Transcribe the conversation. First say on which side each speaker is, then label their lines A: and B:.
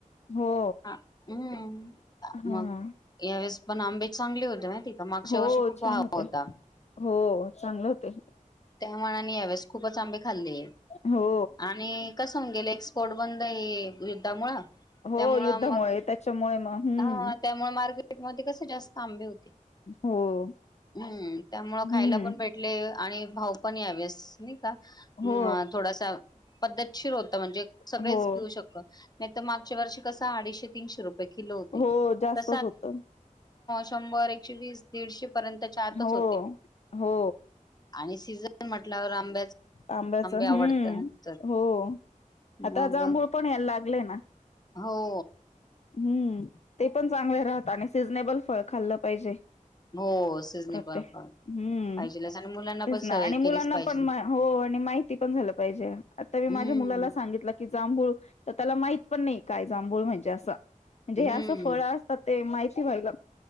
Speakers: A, on the left; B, on the left.
A: हो
B: हम्म
A: हा
B: मग यावेळेस पण आंबे चांगले होते माहितेय का मागच्या
A: हो
B: वर्षी खूप
A: छान
B: भाव
A: होते
B: होता
A: हो चांगले होते
B: त्यामानाने यावेळेस खूपच आंबे खाल्ले
A: हो
B: आणि कस गेलं एक्सपोर्ट बंद युद्धामुळे
A: हो
B: त्यामु
A: युद्धामुळे
B: मग
A: त्याच्यामुळे मग हम्म
B: ह त्यामुळे मे पेट मध्ये कसे जास्त आंबे होते
A: हो
B: हम्म त्यामुळं
A: हम्म
B: खायला पण भेटले आणि भाऊ पण यावेस का
A: हो
B: थोडासा पद्धतशीर होता म्हणजे सगळेच
A: हो
B: घेऊ शकत नाही तर मागच्या वर्षी कस अडीचशे तीनशे रुपये किलो होते
A: हो जास्तच होत
B: शंभर एकशेवीस दीडशे पर्यंतच्या आतच
A: हो
B: होते
A: हो
B: आणि सीजन मांटल्यावर आंबे
A: आंब्याच हम्म
B: आवडतात
A: हो आता
B: मग
A: जांभूळ पण यायला लागलेय ना
B: हो
A: हम्म ते पण चांगले राहत आणि सिजनेबल फळ खाल्लं पाहिजे
B: हो सिजने
A: प्रतेक
B: पापड
A: हम्म
B: पाहिजेलच आणि मुलांना
A: तेच
B: पण
A: ना
B: सवय
A: आणि मुलांना
B: केलीच पाहिजे.
A: पण हो आणि माहिती पण झालं पाहिजे आता मी
B: हम्म
A: माझ्या मुलाला सांगितलं की जांभूळ तर त्याला माहित पण नाही काय जांभूळ म्हणजे असं म्हणजे
B: हम्म
A: हे असं फळ असतात ते माहित वईग